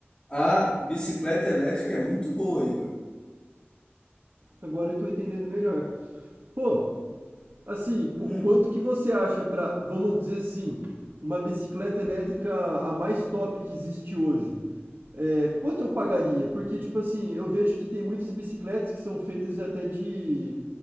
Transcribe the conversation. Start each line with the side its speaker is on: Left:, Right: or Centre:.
Left: a bicicleta elétrica é muito boa, Igor.
Right: Agora eu tô entendendo melhor. Pô, Assim, qu-
Left: Hum.
Right: quanto que você acha para, vamos dizer assim, uma bicicleta elétrica a mais top que existe hoje? É, quanto eu pagaria? Porque, tipo assim, eu vejo que tem muitas bicicletas que são feitas até de